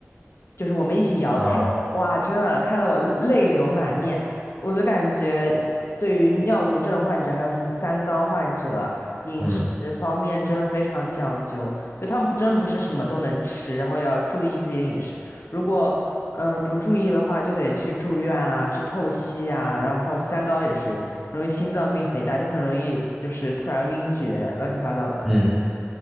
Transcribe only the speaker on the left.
就是我们一起摇太，
哇，真的看得我泪泪流满面。我就感觉对于尿毒症患者，还有什么三高患者，饮食方面真的非常讲究，
就他们不真不是什么都能吃，然后要注意自己的饮食。如果嗯、呃不注意的话，就得去住院啊，去透析啊，然后三高也是容易心脏病、肥大，就很容易就是突然晕厥，乱七八糟的。